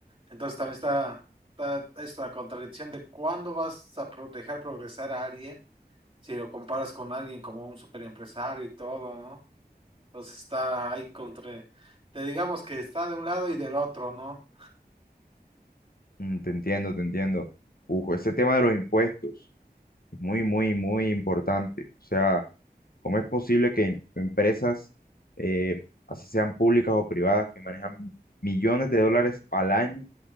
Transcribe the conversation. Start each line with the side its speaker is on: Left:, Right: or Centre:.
Right: Entonces también está, está esta contradicción de cuándo vas a pro- dejar progresar a alguien si lo comparas con alguien como un superempresario y todo, ¿no? Entonces está ahí contra, te digamos que está de un lado y del otro, ¿no?
Left: Mm, te entiendo, te entiendo. Uf, ese tema de los impuestos es muy, muy, muy importante. O sea, ¿Cómo es posible que em- empresas, eh, así sean públicas o privadas, que manejan millones de dólares al año,